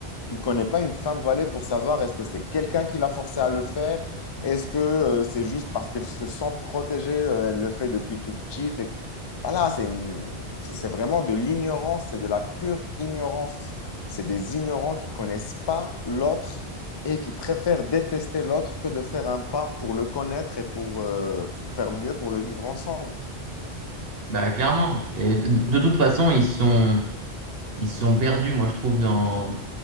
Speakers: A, on the left; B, on the right.
A: il connaît pas une femme voilée pour savoir est-ce que c'est quelqu'un qui l'a forcé à le faire, est-ce que euh, c'est juste parce qu'elle se sent protégée, euh, elle le fait depuis toute petite. et- Voilà, c'est une- c'est c'est vraiment de l'ignorance, c'est de la pure ignorance. C'est des ignorants qui connaissent pas l'autre et qui préfèrent détester l'autre que de faire un pas pour le connaître et pour euh, faire mieux pour le vivre ensemble.
B: bah clairement. Et de de toute façon, ils sont Ils se sont perdus, moi je trouve, dans,